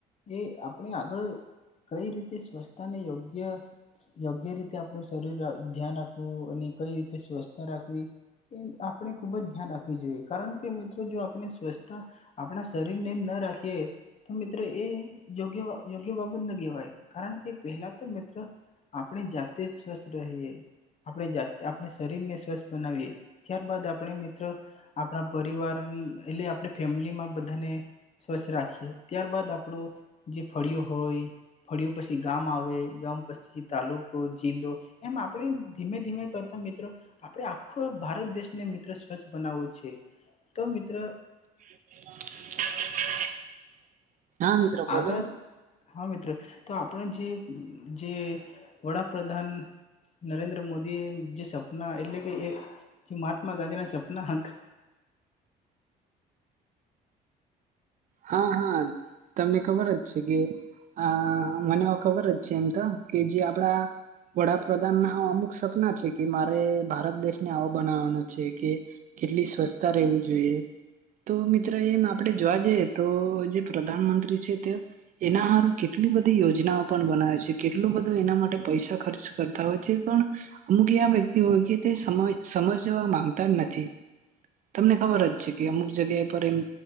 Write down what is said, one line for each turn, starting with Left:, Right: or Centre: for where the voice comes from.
Left: એ આપણે આગળ કઈ રીતે સ્વચ્છતાને યોગ્ય યોગ્ય રીતે આપણું શરીર ધ્યાન રાખવું અને કઈ રીતે સ્વસ્થતા રાખવી એ આપણે ખૂબ જ ધ્યાન રાખવી જોઈએ કારણ કે મિત્રો જો આપણે સ્વચસ્છતા આપણા શરીરને ન રાખીએ તો મિત્રો એ યોગ્ય યોગ્ય બાબત ના કહેવાય કારણ કે પેલા તો મિત્રો આપણે જાતે જ સ્વસ્થ રહીએ આપણે જાતે આપણે શરીરને સ્વસ્થ બનાવીએ ત્યારબાદ આપણે મિત્ર આપણા પરિવાર એટલે આપણી ફેમિલીમાં બધાને સ્વસ્છ રાખીએ ત્યારબદ આપણો જે ફળીયુ હોય ફળ્યું પછી ગામ આવે ગામ પછી તાલુકો જિલ્લો એમ આપણે ધીમે ધીમે કરતા મિત્રો આપડે આખો ભારત દેશને મિત્રો સ્વચ્છ બનાવો છે તો મિત્ર
Right: <inaudible> હા મિત્ર બોલો
Left: આગળ
Right: ને
Left: હા મિત્ર તો આપનું જે જે વડાપ્રધાન નરેન્દ્ર મોદી જે સપના એટલે કે એ જે મહાત્મા ગાંધી ના સપના હતા
Right: હા હા તમને ખબર જ છે કે આ મને ખબર જ છે એમ તો કે જે આપડા વડાપ્રધાન ના અમુક સપના છે કે મારે ભારત દેશને આવો બનાવાનો છે કે કેટલી સ્વચ્છતા રહેવું જોઈએ તો મિત્ર એમ આપડે જોવા જઈએ તો જે પ્રધાનમંત્રી છે તે એના હારું કેટલી બધી યોજનાઓ પણ બનાવે છે કેટલું બધું એના માટે પૈસા ખર્ચ કરતા હોય છે પણ અમુક એ વ્યક્તિ હોય કે તે સમય સમજવા માંગતા નથી તમને ખબર જ છે કે અમુક જગ્યા પર એમ